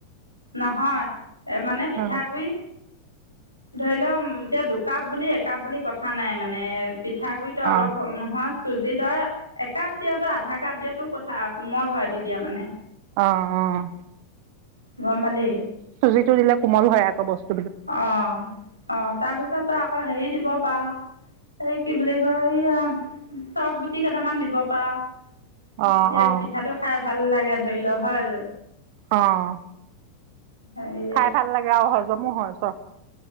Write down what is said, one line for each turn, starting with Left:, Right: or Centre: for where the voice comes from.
Left: নহয়, এ মানে পিঠাগুড়ি
Right: অ
Left: ধৰি ল উম, এতিয়া দুকাপ বুলি একাপ বুলি কথা নাই মানে পিঠাগুৰিত ত অলপ
Right: অ
Left: হম নহয় চুজি ত‌ই, একাপ দিয়' ত‌‌ই আধা কাপ দিয়' তোৰ কথা আ। কোমল হয় তেতিয়া মানে।
Right: অ', অ'
Left: গম পালি?
Right: চুজিটো দিলে কোমল হয় আক বস্তু
Left: অ', অ', তাৰপিছত ত‌ই আকৌ হেৰি দিব পাৰ'। কি বুলি কয় এইয়া চফ গুটি কেইটামান দিব পাৰ'।
Right: অ
Left: তেতিয়া
Right: অ
Left: পিঠাটো খাই ভাল লাগে, ধৰি ল' হ'ল।
Right: অ'।
Left: হয়।
Right: খাই ভাল লাগে আৰু হজমো হয় চফ